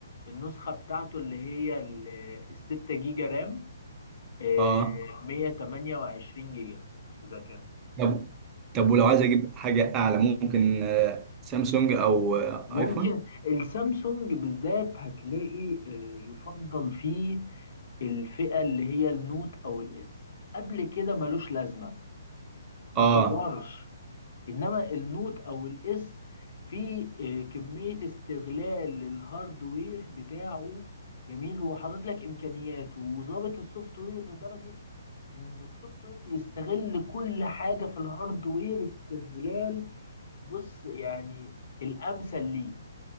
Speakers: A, on the left (about 60°); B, on the right (about 20°).
A: النسخة بتاعته اللي هي ال- الستة جيجا رام آه،
B: اه
A: 128 جيجا ذاكرة
B: طب طب ولو عايز اجيب حاجه اعلى ممكن آه، سامسونج او آه،
A: ممكن
B: ايفون
A: السامسونج بالذات هتلاقي آه، يفضل فيه الفئة اللي هي النوت أو الإس قبل كده ملوش لازمة ما
B: اه
A: تدورش انما النوت او الاس في آه، كمية استغلال للهاردوير بتاعه جميل هو حاطط لك امكانيات وظابط السوفت وير لدرجة ان السوفت وير بيستغل كل حاجة في الهاردوير استغلال بص يعني الامثل ليه